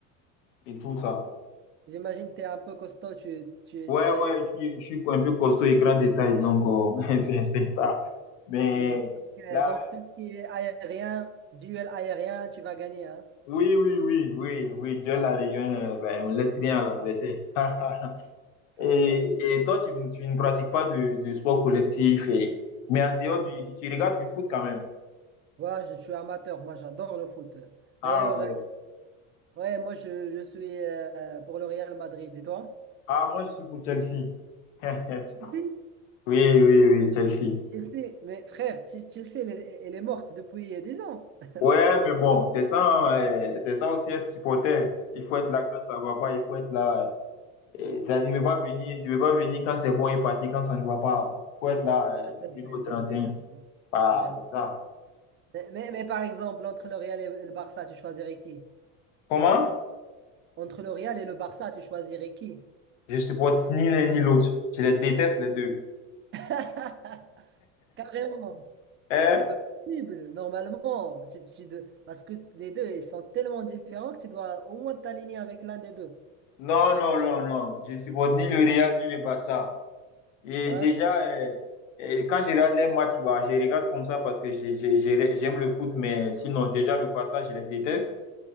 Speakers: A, on the left; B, on the right.
A: et, et tout ça.
B: J'imagine que tu es un peu costaud, tu, tu,
A: Ouais,
B: tu
A: ouais,
B: es.
A: je suis, je suis un peu costaud et grand détail, donc euh, <laughs> c'est c'est ça. Mais
B: Hmm. Donc, euh,
A: là,
B: donc, tout ce qui est aérien, duel aérien, tu vas gagner, hein?
A: oui, oui, oui, oui, oui, Dieu la réunion, euh, ben, on laisse rien à l'adversaire.
B: Ah,
A: <laughs>
B: Sympa.
A: Et, et toi, tu, tu ne pratiques pas de, de sport collectif, et, mais en dehors
B: Ah,
A: du, tu regardes du foot quand même.
B: voilà, je suis amateur, moi j'adore le foot.
A: Ah
B: D'ailleurs,
A: ouais.
B: euh, ouais, moi je, je suis euh, pour le Real Madrid. Et toi?
A: Ah, moi, je suis pour Chelsea.
B: Chelsea?
A: <laughs> Oui, oui, oui, Chelsea.
B: Chelsea, mais frère, Ch- Chelsea, elle est, elle est morte depuis euh, 10 ans. <laughs>
A: Ouais, mais bon, c'est ça, hein, euh, c'est ça aussi être supporter. Il faut être là quand ça va pas, il faut être là. euh, t'as dit, Tu ne veux pas venir, tu veux pas venir quand c'est bon et partir quand ça ne va pas. Il faut être là euh,
B: Ah,
A: du
B: C'est vrai,
A: 1er au
B: c'est
A: 31.
B: vrai, t'as
A: Ah,
B: t'as raison.
A: c'est ça.
B: Mais, mais, mais par exemple, entre le Real et le Barça, tu choisirais qui?
A: Comment?
B: Entre le Real et le Barça, tu choisirais qui?
A: Je supporte ni l'un ni l'autre. Je les déteste les deux.
B: <laughs> Carrément,
A: Hein?
B: c'est pas possible, normalement. Tu- tu de- Parce que les deux, ils sont tellement différents que tu dois au moins t'aligner avec l'un des deux.
A: Non, non, non, non. Je supporte ni le Real ni le Barça. Et
B: D'accord.
A: déjà, euh, euh, quand je regarde les matchs, bah, je regarde comme ça parce que j'ai- j'ai- j'ai- j'aime le foot, mais sinon, déjà, le Barça, je les déteste.